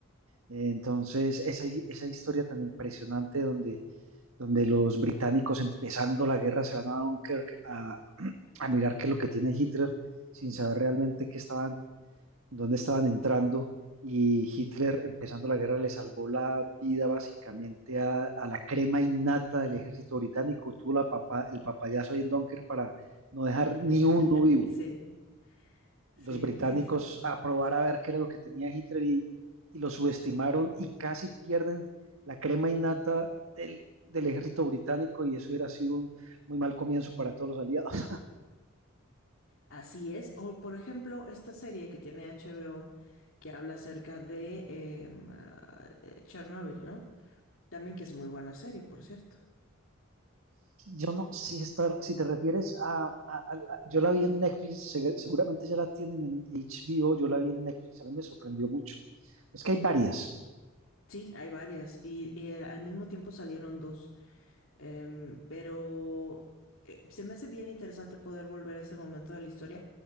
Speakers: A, on the right; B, on the left.
A: eh, entonces esa, hi- esa historia tan impresionante donde, donde los británicos empezando la guerra se van a Dunkirk a, <clears throat> a mirar qué es lo que tiene Hitler sin saber realmente qué estaban dónde estaban entrando y Hitler empezando la guerra le salvó la vida básicamente a, a la crema innata del ejército británico, tuvo la papa- el papayazo ahí en Dunkirk para no dejar ni
B: <laughs>
A: uno vivo.
B: sí, sí,
A: Los británicos
B: sí, sí.
A: a probar a ver qué era lo que tenía Hitler y, y lo subestimaron y casi pierden la crema innata del, del ejército británico y eso hubiera sido un muy mal comienzo para todos los aliados.
B: Así es. O, por ejemplo, esta serie que tiene HBO que habla acerca de em, ah, eh, Chernobyl, ¿no? También que es muy buena serie, por cierto.
A: Yo no, si, está, si te refieres a, a- a la- Yo la vi en Netflix, seg- seguramente ya la tienen en HBO, yo la vi en Netflix, a mí me sorprendió mucho. Es que hay varias.
B: Sí, hay varias. Y, y al al mismo tiempo salieron dos. Em, pero eh, se me hace bien interesante poder volver a ese momento de la historia.